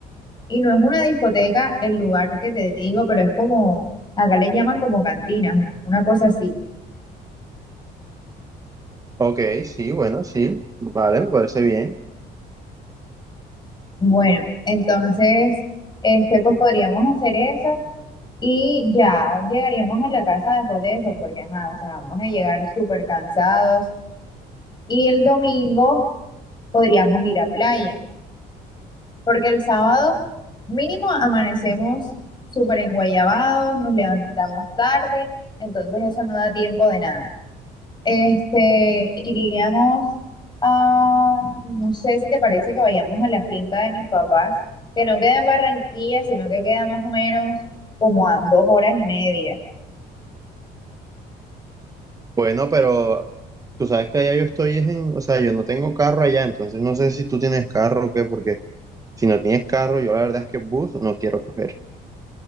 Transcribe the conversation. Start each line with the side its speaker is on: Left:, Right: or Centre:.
Left: y no es una discoteca el lugar que te digo, pero es como, acá le llaman como cantinas, una cosa así.
Right: Ok, sí, bueno, sí, vale, me parece bien.
Left: Bueno, entonces, este, pues podríamos hacer eso y ya llegaríamos a la casa después de eso, porque ajá, o sea, vamos a llegar súper cansados. Y el domingo podríamos ir a playa, porque el sábado mínimo amanecemos súper enguayabados, nos levantamos tarde, entonces eso no da tiempo de nada. Este, iríamos a, no sé si te parece que vayamos a la finca de mis papás, que no queda en Barranquilla, sino que queda más o menos como a dos horas y media.
Right: Bueno, pero tú sabes que allá yo estoy es en, o sea, yo no tengo carro allá, entonces no sé si tú tienes carro o qué, porque si no tienes carro, yo la verdad es que bus no quiero coger.